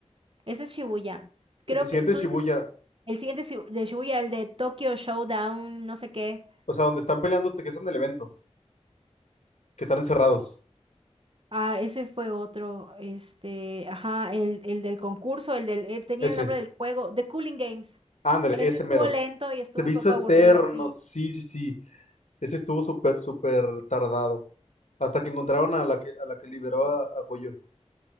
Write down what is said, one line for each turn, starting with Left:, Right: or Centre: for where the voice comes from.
Right: Ese es Shibuya. Creo
Left: el incidente
Right: que tú
Left: de Shibuya.
Right: dices El siguiente Shibu- de Shibuya, el de Tokyo Showdown, no sé qué.
Left: O sea, donde están peleando, que están en el evento, que están encerrados.
Right: Ah, ese fue otro. Este, ajá, el, el del concurso, el del, eh, tenía
Left: Ese.
Right: el nombre del juego, The Cooling Games.
Left: Ándale,
Right: Ese
Left: ese
Right: estuvo
Left: mero.
Right: lento y estuvo
Left: Se me
Right: un
Left: hizo
Right: poco
Left: eterno.
Right: aburrido, sí.
Left: Sí, sí, sí. Ese estuvo súper, súper tardado. Hasta que encontraron a la que, a la que liberó a, a Goyo.